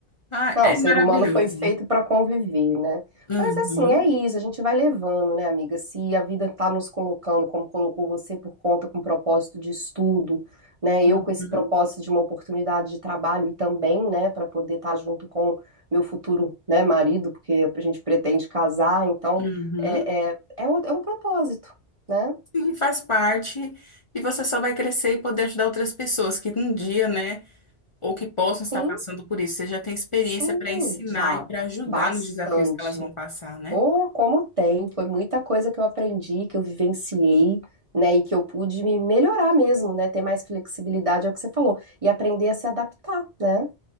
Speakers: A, on the left (about 30°); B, on the right (about 35°).
A: Ah,
B: Não,
A: é
B: o ser
A: maravilhoso.
B: humano foi feito para conviver, né?
A: Uhum,
B: Mas assim, é isso, a gente vai levando, né, amiga? Se a vida tá nos colocando, como colocou você, por conta com propósito de estudo, né?
A: uhum,
B: Eu com esse propósito de uma oportunidade de trabalho e também, né, para poder estar junto com meu futuro, né, marido, porque a gente pretende casar, então
A: uhum.
B: é, é, é um é um propósito, né?
A: Sim, faz parte. E você só vai crescer e poder ajudar outras pessoas que um dia, né, ou que possam estar
B: Sim,
A: passando por isso. Você já tem experiência
B: sim,
A: para ensinar
B: já,
A: e para ajudar
B: bastante.
A: nos desafios que elas vão passar, né?
B: Oh, como tem! Foi muita coisa que eu aprendi, que eu vivenciei, né? E que eu pude me melhorar mesmo, né? Ter mais flexibilidade, é o que você falou. E aprender a se adaptar, né?